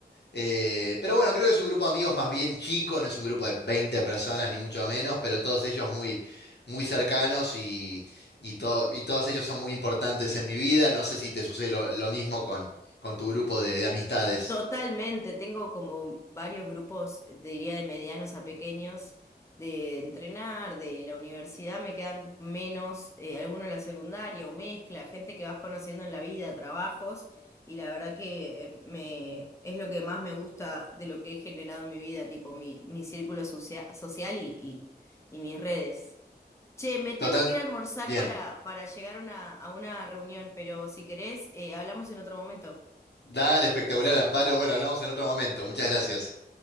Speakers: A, on the left; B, on the left.
A: Eh, pero bueno, creo que es un grupo de amigos más bien chico, no es un grupo de 20 personas ni mucho menos, pero todos ellos muy, muy cercanos y, y, to- y todos ellos son muy importantes en mi vida. No sé si te sucede lo, lo mismo con, con tu grupo de, de amistades.
B: Totalmente, tengo como varios grupos, te diría de medianos a pequeños, de entrenar, de la universidad me quedan menos, eh, algunos de la secundaria o mezcla, gente que vas conociendo en la vida, trabajos, y la verdad que eh, me, es lo que más me gusta de lo que he generado en mi vida, tipo mi, mi círculo socia- social y, y- y mis redes. Che, me tengo
A: Total,
B: que ir a almorzar
A: bien.
B: para, para llegar a una, a una reunión, pero si querés, eh, hablamos en otro momento.
A: Dale, espectacular, Amparo. Bueno, hablamos en otro momento. Muchas gracias.